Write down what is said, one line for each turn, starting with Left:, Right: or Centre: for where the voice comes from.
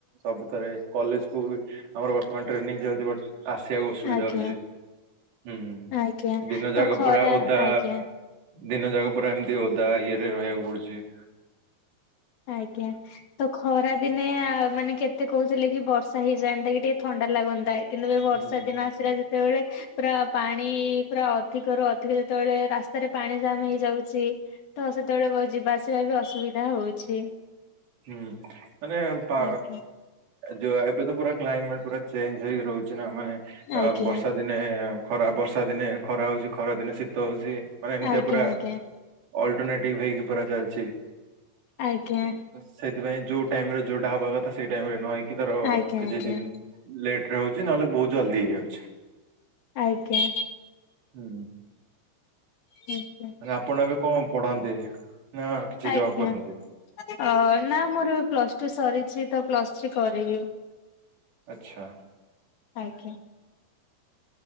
Right: ସବୁଥରେ କଲେଜକୁ ଆମର ବର୍ତ୍ତମାନ ଟ୍ରେନିଂ ଚାଲିଛି। ଆସିବାକୁ ଅସୁବିଧା
Left: ଆଜ୍ଞା
Right: ହେଉଛି। ହୁଁ
Left: ଆଜ୍ଞା
Right: ଦିନ ଯାଗ
Left: ତ ଖରା
Right: ପୁରା ଓଧା।
Left: ଆଜ୍ଞା
Right: ଦିନ ଯାକ ପୁରା ଏମିତି ଓଦା ଇଏ ରେ ରହିବାକୁ ପଡୁଛି।
Left: ଆଜ୍ଞା। ତ ଖରା ଦିନେ ମାନେ କେତେ କହୁଥିଲେ କି ବର୍ଷା ହେଇଯାନ୍ତା କି ଟିକେ ଥଣ୍ଡା ଲାଗନ୍ତା। କିନ୍ତୁ ଏ ବର୍ଷା
Right: ହୁଁ।
Left: ଦିନ ଆସିଲାଜେ ଯେତେବେଳେ ପୁରା ପାଣି ପୁରା ଅଧିକରୁ ଅଧିକ ଯେତେବେଳେ ରାସ ରାସ୍ତାରେ ପାଣି ଜାମ ହେଇଯାଉଛି ତ ସେତେବେଳେ ଯିବା ଆସିବା ବି ଅସୁବିଧା ହଉଛି।
Right: ହୁଁ ମାନେ ପା
Left: ଆଜ୍ଞା
Right: ଯୋଉ ଏବେ ତ ପୁରା କ୍ଲାଇମେଟ ପୁରା ଚେଞ୍ଜ ହେଇକି ରହୁଛି ନା ମାନେ
Left: ଆଜ୍ଞା
Right: ବର୍ଷା ଦିନେ। ଖରା ବର୍ଷା ଦିନେ ଖରା ହଉଛି ଖରା ଦିନେ ଶୀତ ହଉଛି ମାନେ ଏମିତିଆ
Left: ଆଜ୍ଞା
Right: ପୁରା
Left: ଆଜ୍ଞା
Right: ଅଲ୍ଟରନେଟିଭ ହେଇକି ପୁରା ଚାଲିଛି।
Left: ଆଜ୍ଞା।
Right: ସେଥିପାଇଁ ଯୋଉ ଟାଇମ ରେ ଯୋଉଟା ହବା କଥା ସେଇ ଟାଇମ ରେ ନ ହେଇକି ତାର
Left: ଆଜ୍ଞା
Right: କିଛି
Left: ଆଜ୍ଞା।
Right: ଦିନ ଲେଟ ରେ ହଉଛି ନହେଲେ ବହୁତ ଜଲ୍ଦି ହେଇଯାଉଛି।
Left: ଆଜ୍ଞା।
Right: ହୁଁ ହୁଁ।
Left: ହୁଁ।
Right: ମ ଆପଣ ଏବେ କଣ ପଢନ୍ତି ନା କିଛି
Left: ଆଜ୍ଞା
Right: ଜବ କରନ୍ତି?
Left: ଅ ନା ମୋର ପ୍ଲସ ଟୁ ସରିଛି ତ ପ୍ଲସ ଥ୍ରୀ କରିବି।
Right: ଆଚ୍ଛା।
Left: ଆଜ୍ଞା।